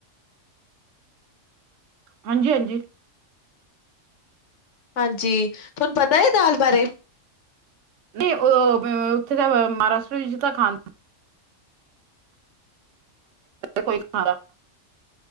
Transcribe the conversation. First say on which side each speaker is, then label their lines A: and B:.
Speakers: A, on the right; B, on the left.
A: ਹਾਂਜੀ ਹਾਂਜੀ,
B: ਹਾਂਜੀ, ਤੁਹਾਨੂੰ ਪਤਾ ਐ ਦਾਲ ਬਾਰੇ,
A: ਨਈ, ਉਹ ਉੱਥੇ ਤਾਂ ਮਹਾਰਾਸ਼ਟਰ ਵਿੱਚ ਤਾਂ ਖਾ ਕੋਈ ਖਾਦਾ